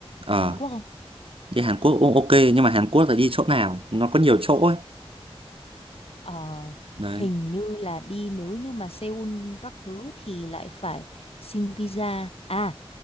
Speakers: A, on the right; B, on the left.
A: Ờ
B: Đi Hàn Quốc không?
A: đi Hàn Quốc cũng ok Nhưng mà Hàn Quốc là đi chỗ nào Nó có nhiều chỗ ấy
B: Ờ
A: Đấy
B: hình như là đi nếu như mà Seoul các thứ thì lại phải xin visa À